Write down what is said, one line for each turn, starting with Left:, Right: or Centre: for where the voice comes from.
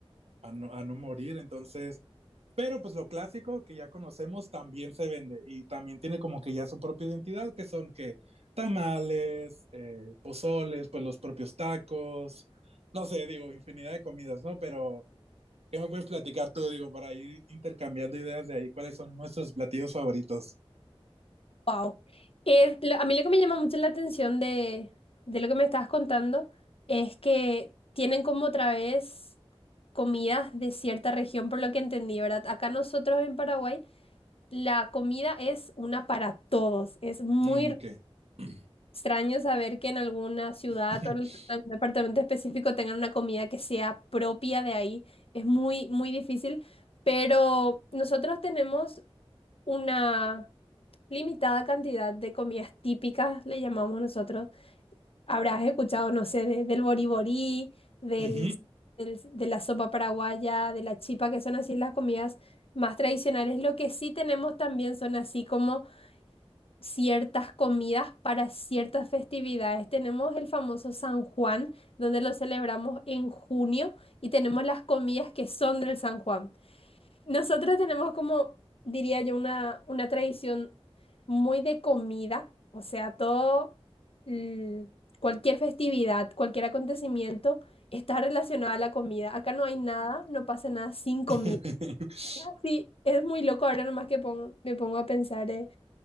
Right: a no, a no morir. Entonces, pero pues lo clásico que ya conocemos también se vende y también tiene como que ya su propia identidad, que son que tamales, eh, pozoles, pues los propios tacos, no sé, digo, infinidad de comidas, ¿no? Pero... ¿Qué me puedes platicar tú, digo, para ir intercambiando ideas de ahí? ¿Cuáles son nuestros platillos favoritos?
Left: Wow. Es- lo- a mí lo que me llama mucho la atención de, de lo que me estabas contando es que tienen como otra vez comidas de cierta región, por lo que entendí, ¿verdad? Acá nosotros en Paraguay la comida es una para todos, es muy
Right: Mm, ¿Qué? <clears throat>
Left: Extraño saber que en alguna ciudad
Right: <laughs>
Left: o en algún departamento específico tengan una comida que sea propia de ahí. Es muy, muy difícil, pero nosotros tenemos una limitada cantidad de comidas típicas, le llamamos nosotros. Habrás escuchado, no sé, de- del boriborí, del,
Right: Ujú.
Left: del- de la sopa paraguaya, de la chipa, que son así las comidas más tradicionales. Lo que sí tenemos también son así como ciertas comidas para ciertas festividades. Tenemos el famoso San Juan, donde lo celebramos en junio, y tenemos las comidas que son del San Juan. Nosotros tenemos como, diría yo, una, una tradición muy de comida, o sea, todo, mm, cualquier festividad, cualquier acontecimiento está relacionado a la comida. Acá no hay nada, no pasa nada sin comida.
Right: <laughs>
Left: Y es así, es muy loco ahora nomás que pon- me pongo a pensar. eh,